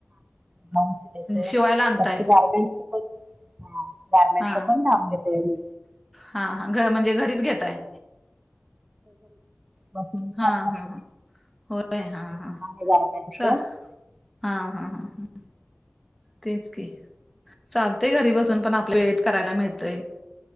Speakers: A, on the right; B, in the centre.
A: चो
B: शिवायला
A: तर
B: आणताय
A: तुझ अरब. हा गारमेंटचा
B: हा
A: पण ब घेते म
B: हा घ म्हणजे घरीच घेताय.
A: बसून
B: हा
A: काम करतेस
B: हा हा होय हा
A: गट
B: हा चा हा हा हा हां. तेच की चालतय घरी बसून पण आपल्या वेळेत करायला मिळतय.